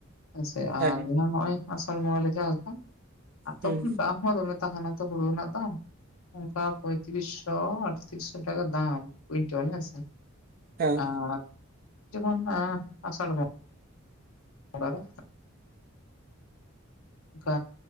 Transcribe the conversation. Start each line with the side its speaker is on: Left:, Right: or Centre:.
Left: ᱦᱮᱸᱥᱮ
Right: ᱦᱮᱸ
Left: ᱟᱨ ᱡᱟᱦᱟᱸ ᱱᱚᱜᱼᱚᱭ ᱟᱥᱟᱲ ᱵᱚᱸᱜᱟ ᱞᱮ ᱪᱟᱥ ᱫᱟ ᱟᱨ ᱛᱚᱠᱷᱚᱱ
Right: ᱦᱩᱸ
Left: ᱫᱟᱢ ᱦᱚᱸ ᱫᱚᱢᱮ ᱛᱟᱦᱮᱱᱟ ᱛᱚ ᱦᱳᱲᱳ ᱨᱮᱱᱟᱜ ᱫᱟᱢ ᱚᱱᱠᱟ ᱯᱚᱭᱛᱨᱤᱥ ᱥᱚ ᱟᱴᱛᱨᱤᱥ ᱥᱚ ᱴᱟᱠᱟ ᱫᱟᱢ ᱠᱩᱭᱤᱱᱴᱟᱞ ᱦᱮᱸ ᱥᱮ
Right: ᱦᱮᱸ
Left: ᱟᱨ ᱡᱮᱢᱚᱱ ᱟᱥᱟᱲ ᱵᱚᱝ ᱵᱚᱸᱜᱟ ᱨᱮ ᱚᱱᱠᱟ